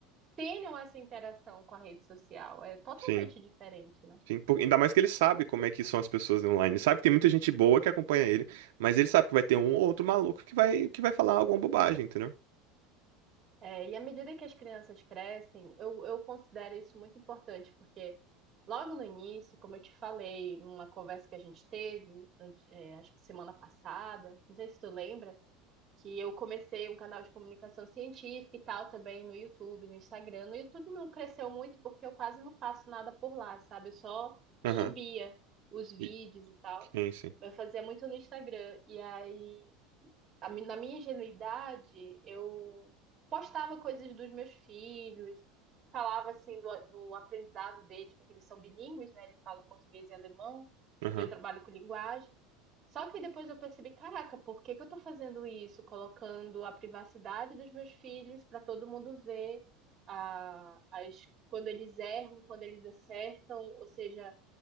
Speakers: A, on the right; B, on the right.
A: tenham essa interação com a rede social. É totalmente
B: Sim.
A: diferente, né?
B: Sim, por- ainda mais que ele sabe como é que são as pessoas online. Ele Sabe que tem muita gente boa que acompanha ele, mas ele sabe que vai ter um ou outro maluco que vai, que vai falar alguma bobagem, entendeu?
A: É, e à medida que as crianças crescem, eu, eu considero isso muito importante, porque logo no início, como eu te falei, numa conversa que a gente teve, ante- é, acho que semana passada, não sei se tu lembra. que eu comecei um canal de comunicação científica e tal também no YouTube, no Instagram. No YouTube não cresceu muito porque eu quase não faço nada por lá, sabe? Eu só subia
B: Aham.
A: os vídeos
B: E-
A: e tal.
B: Sim, sim.
A: Mas eu fazia muito no Instagram. E aí, a mi- na minha ingenuidade, eu postava coisas dos meus filhos, falava assim do, do aprendizado deles, porque eles são bilíngues, né? Eles falam português e alemão.
B: Aham.
A: E eu trabalho com linguagem. Só que depois eu percebi, caraca, por que que eu tô fazendo isso? Colocando a privacidade dos meus filhos para todo mundo ver a, as, quando eles erram, quando eles acertam, ou seja,